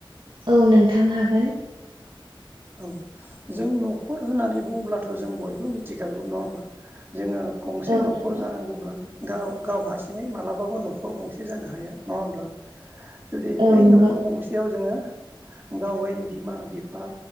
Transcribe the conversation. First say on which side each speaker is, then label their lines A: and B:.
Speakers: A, on the right; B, on the right.
A: औ नोंथां हागोन।
B: औ जों न'खर होननानै बुङोब्लाथ' जों बयबो मिथिखागौ नङा होमबा। जोङो गंसे
A: औ
B: न'खर
A: नंगौ
B: जानांगौब्ला गाव गाव हारसिं थिङौ मालाबाबो नखर गंसे जानो हाया। नङा होनब्ला जुदि
A: औ
B: बै
A: नंगौ
B: नखर गंसे याव जोङो गाव गायनि बिमा बिफा